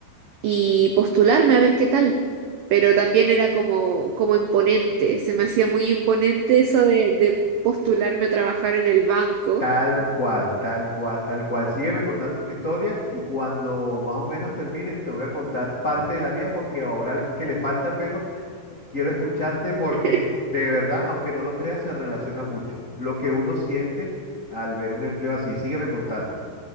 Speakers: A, on the right (about 80°); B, on the left (about 35°).
A: y postularme a ver qué tal. Pero también era como, como imponente, se me hacía muy imponente eso de, de postularme a trabajar en el banco.
B: Tal cual, tal cual, tal cual. Sígueme contando tu historia y cuando más o menos termines te voy a contar parte de la mía porque ahora es que le falta, pero eh, quiero escucharte porque
A: <laughs>
B: de verdad, aunque no lo creas, se relaciona mucho lo que uno siente al ver un empleo así. Sígueme contando.